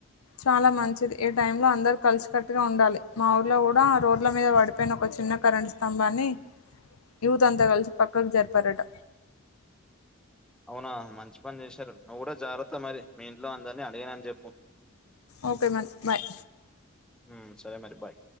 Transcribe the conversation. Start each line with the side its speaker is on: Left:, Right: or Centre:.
Left: చాల మంచిది ఏ టైమ్ లో అందరు కలిసికట్టుగా ఉండాలి మా ఊర్లో కూడా రోడ్ల మీద పడిపోయిన <unintelligible> చిన్న కరెంట్ స్తంభాన్ని యూత్ అంతా కలిసి పక్కకు జరిపారట
Centre: అవునా మంచి పని చేశారు నువ్వు కూడ జగ్రత్తా మరి మీ ఇంట్లో అందరినీ అడిగనాని చెప్పు
Left: ఓకే మ్యామ్ బాయ్
Centre: హు సరే మరి బాయ్